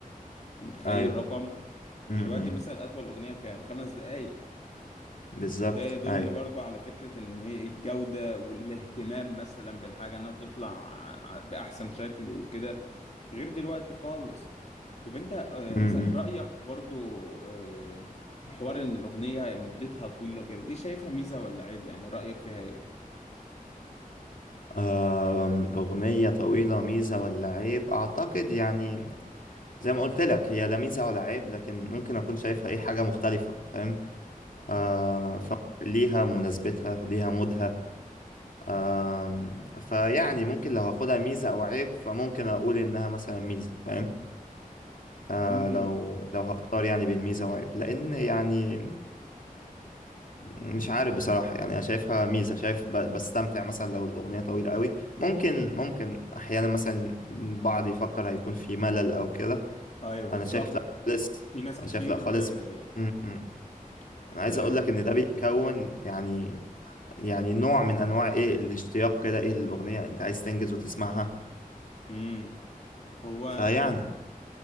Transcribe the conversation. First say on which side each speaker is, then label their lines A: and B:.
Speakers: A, on the left; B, on the left.
A: أنت متخيل
B: ايوه
A: رقم
B: مم،
A: دلوقتي
B: مم.
A: مثلا أطول أغنية كام خمس دقايق
B: بالظبط
A: وده يدل
B: ايوه
A: برضو على فكرة إن إيه الجودة والاهتمام مثلا بالحاجة إنها تطلع ع- بأحسن شكل وكده غير دلوقتي خالص طب أنت آه، مثلا
B: مم، مم.
A: رأيك برضو آه، في حوار إن الأغنية مدتها طويلة كده دي شايفها ميزة ولا عيب يعني رأيك فيها إيه؟
B: آم، أغنية طويلة ميزة ولا عيب أعتقد يعني زي ما قلت لك هي لا ميزة ولا عيب لكن ممكن أكون شايفها إيه حاجة مختلفة فاهم آه فليها مناسبتها ليها مودها آه فيعني ممكن لو هاخدها ميزة أو عيب فممكن أقول إنها مثلا ميزة فاهم آه
A: مم.
B: لو لو هختار يعني بين ميزة وعيب لأن يعني مش عارف بصراحة يعني أنا شايفها ميزة شايف ب- بستمتع مثلا لو الأغنية طويلة قوي ممكن ممكن أحيانا مثلا البعض يفكر هيكون في ملل أو كده
A: ايوه بالظبط
B: أنا شايف لأ خالص
A: في ناس
B: أنا
A: كتير
B: شايف لأ خالص
A: آه،
B: م- م. أنا
A: آه،
B: عايز أقول لك إن ده بيكون يعني يعني نوع من انواع ايه الاشتياق كده ايه للاغنيه انت عايز تنجز وتسمعها
A: امم هو
B: فيعني